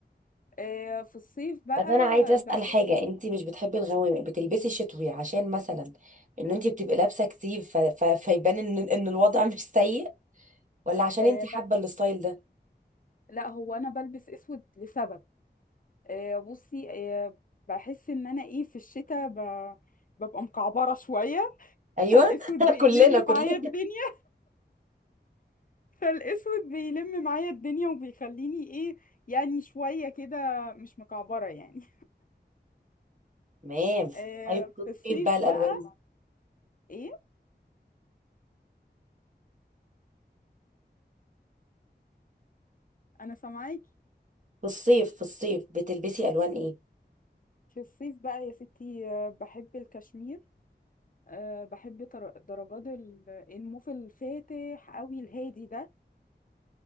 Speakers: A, on the left; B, on the right.
A: آه في الصيف بقى
B: بس انا عايزه اسال
A: بحس
B: حاجه انت مش بتحبي الغوامق بتلبسي شتوي عشان مثلا ان انت بتبقي لابسه كتير ف... ف... فيبان ان ان الوضع <laughs> مش سيء ولا عشان
A: آه
B: انت حابه
A: لا
B: الستايل ده
A: لا هو انا بلبس اسود لسبب آه بصي آه بحس ان انا ايه في الشتاء ب... ببقى مكعبره شويه
B: ايوه
A: فالاسود
B: <laughs>
A: بيلم
B: كلنا كلنا
A: معايا الدنيا فالاسود بيلم معايا الدنيا وبيخليني ايه يعني شوية كده مش مكعبرة يعني
B: تمام
A: آه
B: طيب في الصيف
A: في الصيف
B: بقى الالوان
A: بقى ايه انا سامعاكي
B: في الصيف في الصيف بتلبسي الوان ايه
A: في الصيف بقى يا ستي آه، بحب الكشمير أه بحب تر- درجات ال- الموف الفاتح قوي الهادي ده